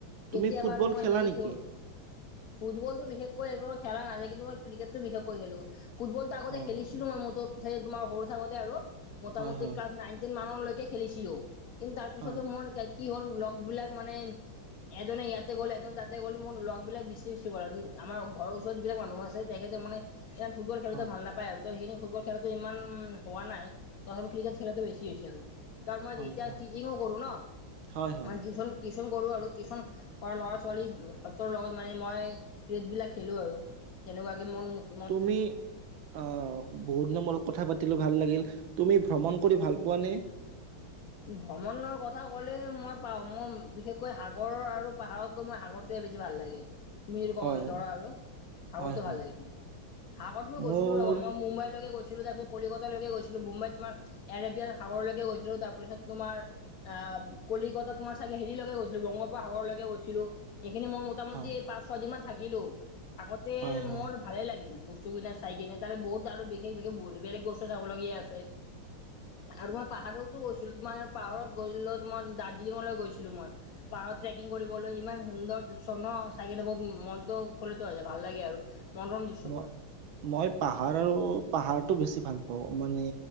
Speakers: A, on the right; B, on the left.
A: তুমি
B: এতিয়া
A: ফুটবল
B: বাৰু মই
A: খেলা
B: হেৰি
A: নেকি?
B: সি ফুটবলটো বিশেষকৈ এইবোৰ খেলা নাযায়, কিন্তু মই ক্ৰিকেটটো বিশেষকৈ খেলো। ফুটবল আগতে
A: হয়
B: খেলিছিলো মই সৰু থাকোতে আৰু মুটামুটি
A: হয় হয়
B: ক্লাছ নাইন দিন মানলৈকে খেলিছিলো কিন্তু তাৰ পিছতো
A: হয়
B: মোৰ কি হল লগ বিলাক মানে এজনে ইয়াত তা গ'ল এজন তাতে গ'ল মোৰ লগবিলাক বেছিচি'লঁ <unintelligible> আৰু আমাৰ ঘৰৰ ওচৰত যিবিলাক মানুহ আছে তেখেতে মানে ইমান ফুটবল খেলোতে
A: হয়
B: ভাল নাপায় আৰু ত সেইখিনি ফুটবল খেলাটো ইমান উ হোৱা নাই, তথাপি ক্ৰিকেট খেলাটো বেছি হৈছে আৰু। তাৰ মই
A: হয়
B: এতিয়া
A: হয়
B: টিচিঙো কৰো ন,
A: হয় হয়
B: টিউচন-টিউচন কৰো আৰু টিউচন কৰা ল'ৰা ছোৱালী সতৰ লগত মানে মই ক্ৰিকেটবিলাক খেলোঁ আৰু তেনেকুৱাকে মোৰ
A: তুমি, অ, বহুত দিনৰ মূৰত কথা পাতিলো ভাল লাগিল। তুমি ভ্ৰমণ কৰি ভাল পোৱা নে?
B: ভ্ৰমণৰ কথা ক'লে মই পাও, মই বিশেষকৈ সাগৰৰ আৰু পাহাৰতকৈ মই সাগৰ বেছি ভাল লাগে। তুমি যদি
A: হয়
B: কব বিছৰা আৰু সাগৰতো
A: হয় হয়
B: ভাল লাগে মোৰ। সাগৰত মই গৈছিলো
A: মোৰ
B: ৰবা মই মুম্বাইলৈকে গৈছিলো, তাৰপিছত কলিকতালৈকে গৈছিলো মুম্বাইত তোমাৰ এৰেবিয়ান সাগৰলৈকে গৈছিলোঁ তাৰপিছত তোমাৰ আহ কলিকতাত তোমাৰ চাগে হেৰিলৈকে গৈছিলো বংগোপ সাগৰলৈকে গৈছিলো সেইখিনি মই মোটামুটি
A: হয়
B: পাঁচ ছয় দিন মান থাকিলো থাকোতে
A: হয় হয়
B: মোৰ ভালে লাগিল বস্তু কিনে চাই কিনে তাৰে বহুত আৰু বিশেষ-বিশেষ বেলেগ বস্তু চাবলগীয়া আছে৷ আৰু মই পাহাৰতো গৈছিলো তোমাৰ পাহাৰত গল মই দাৰ্জিলিঙলৈ গৈছিলো মই৷ পাহাৰত ট্ৰেকিং কৰিবলৈ ইমান সুন্দৰ দৃশ্য ন চাই বহুত মনটো উৎফুল্লিত হৈ যায় ভাল লাগে আৰু মনোৰম দৃশ্যবোৰ৷
A: মই মই পাহাৰ আৰু পাহাৰটো বেছি ভাল পাওঁ মানে